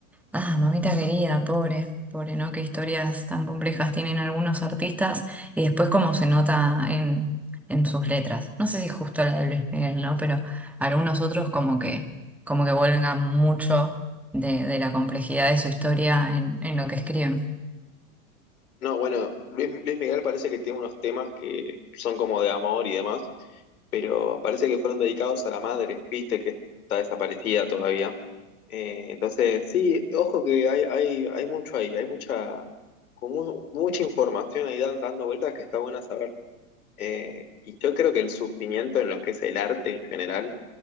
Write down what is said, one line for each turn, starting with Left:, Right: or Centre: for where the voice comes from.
Centre: Ah, mamita querida, pobre, pobre, ¿no? Qué historias tan complejas tienen algunos artistas y después cómo se nota en, en sus letras. No sé si justo la de Luis Miguel, ¿no? Pero algunos otros como que, como que vuelven mucho de, de la complejidad de su historia en, en lo que escriben.
Left: No, bueno, Luis, Luis Miguel parece que tiene unos temas que son como de amor y demás, pero parece que fueron dedicados a la madre, viste que está desaparecida todavía. Eh, entonces, sí, ojo que hay, hay, hay mucho ahí, hay mucha, con mu- mucha información ahí dan, dando vueltas que está buena saber. Eh, y yo creo que el sufrimiento en lo que es el arte en general